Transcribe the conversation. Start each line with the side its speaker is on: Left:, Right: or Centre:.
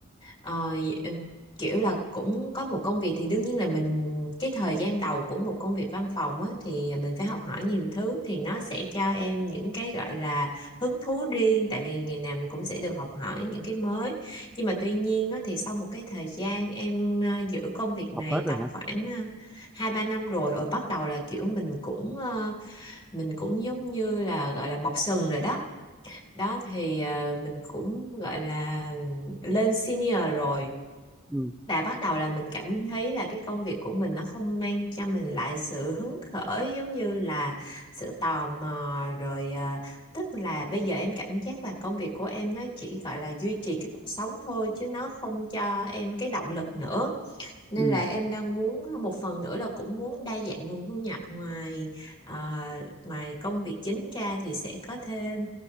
Left: Ờ, kiểu là cũng có một công việc thì đương nhiên là mình cái thời gian đầu của một công việc văn phòng á, thì mình phải học hỏi nhiều thứ thì nó sẽ cho em những cái gọi là hứng thú riêng tại vì ngày nào mình cũng sẽ được học hỏi những cái mới nhưng mà tuy nhiên á, thì sau một cái thời gian em ờ, giữ công việc
Centre: học
Left: này
Centre: hết rồi
Left: tầm
Centre: hả
Left: khoảng ờ, hai ba năm rồi rồi bắt đầu là kiểu mình cũng ờ, mình cũng giống như là gọi là mọc sừng rồi đó đó thì ờ, mình cũng gọi là lên senior rồi
Centre: ừ
Left: và bắt đầu là mình cảm thấy là cái công việc của mình nó không mang cho mình lại sự hứng khởi giống như là sự tò mò rồi à, tức là bây giờ em cảm giác là công việc của em nó chỉ gọi là duy trì cái cuộc sống thôi chứ nó không cho em cái động lực nữa nên
Centre: ừ
Left: là em đang muốn một phần nữa là cũng muốn đa dạng nguồn thu nhập ngoài à, ngoài công việc chính ra thì sẽ có thêm